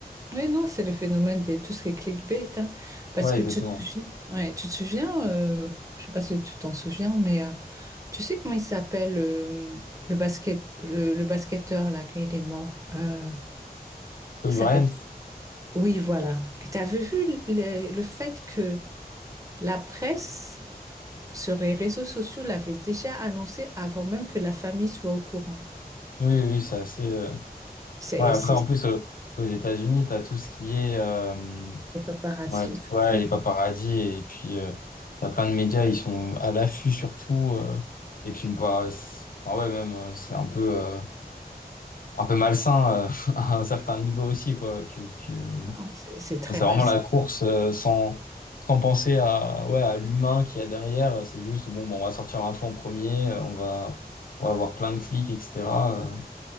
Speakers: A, on the right; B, on the left.
A: Oui, non, c'est le phénomène de tout ce qui est clickbait, hein. parce
B: Ouais,
A: que
B: exactement.
A: tu te souviens, ouais, tu te souviens, euh, je sais pas si tu t'en souviens, mais euh, tu sais comment il s'appelle euh, le basket, le, le basketteur là, quand il est mort, euh, comment
B: Oui,
A: il s'appelle.
B: Brian,
A: Oui, voilà. Et t'avais vu le, le fait que la presse sur les réseaux sociaux l'avait déjà annoncé avant même que la famille soit au courant.
B: oui, oui, c'est assez. euh,
A: C'est,
B: Ouais, après,
A: c'est,
B: en plus, euh, aux États-Unis, tu as tout ce qui est. euh,
A: les paparazzi
B: Ouais, les-
A: et tout
B: ouais,
A: ça.
B: les paparazzis et puis euh, t'as plein de médias, ils sont à l'affût surtout. euh, et puis bah, c'est- enfin ouais même euh, c'est un peu euh, un peu malsain euh, <laughs> à un certain niveau aussi quoi. Que, que...
A: Ah, c'est c'est très
B: enfin, c'est
A: mal.
B: vraiment la course euh, sans sans penser à ouais à l'humain qu'il y a derrière. C'est juste bon, bon on va sortir l'info en premier, euh, on va on va avoir plein de clics etc. euh.